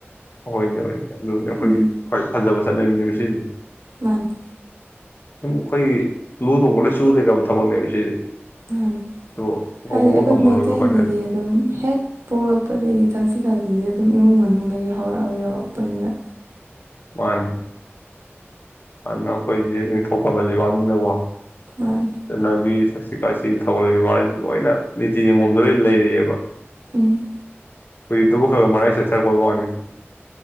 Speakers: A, on the left; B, on the right.
A: ꯍꯣꯏꯅꯦ ꯍꯣꯏꯅꯦ ꯑꯗꯨꯅꯤ ꯑꯩꯈꯣꯏꯒꯤ
B: ꯎꯝ
A: ꯈ ꯐꯖꯕ ꯆꯠꯅꯕꯤꯅꯦꯕ ꯁꯤꯗꯤ
B: ꯃꯥꯅꯤ
A: ꯝ ꯑꯩꯈꯣꯏꯒꯤ ꯂꯨ ꯊꯣꯡꯕ ꯂꯣꯏ ꯆꯨꯗꯦ ꯀꯕ ꯊꯕꯛꯅꯦꯕ ꯁꯤꯗꯤ
B: ꯃꯥꯅꯤ
A: ꯑꯗꯣ
B: ꯍꯥꯏꯗꯤ
A: ꯀꯧꯕ
B: ꯑꯩꯈꯣꯏ
A: ꯉꯝꯃꯔꯣꯏꯕ
B: ꯃꯩꯇꯩꯒꯤꯗꯤ
A: ꯑꯩꯈꯣꯏꯅ
B: ꯑꯗꯨꯝ ꯍꯦꯛ ꯄꯣꯛꯂꯛꯄꯗꯒꯤ ꯊꯛꯆ ꯁꯤꯀꯥꯟꯁꯤꯗꯤ ꯑꯗꯨꯝ ꯏꯃꯨꯡ ꯃꯅꯨꯡꯗꯒꯤ ꯍꯧꯔꯛꯑꯒ ꯌꯥꯎꯔꯛꯄꯅꯤꯅ
A: ꯋꯥꯟ ꯑꯅ ꯀꯣꯏ ꯊꯣꯛꯄꯕꯦꯕꯅꯗꯕ
B: ꯃꯥꯅꯤ
A: ꯆꯂꯕꯤ ꯁꯁ꯭ꯔꯤ ꯁꯤ ꯊꯧꯒꯜꯕ ꯕꯕꯥꯔꯁꯤ ꯂꯣꯏꯅ ꯅꯤꯇꯤ ꯅꯤꯉꯣꯝꯗ ꯂꯣꯏ ꯂꯩꯔꯤꯛꯑꯕ
B: ꯎꯝ
A: ꯍꯧꯖꯤ ꯇꯕꯨꯈꯒ ꯃꯔꯥꯏ ꯆꯠꯊꯔꯛꯄꯣꯏ ꯋꯥꯅꯤ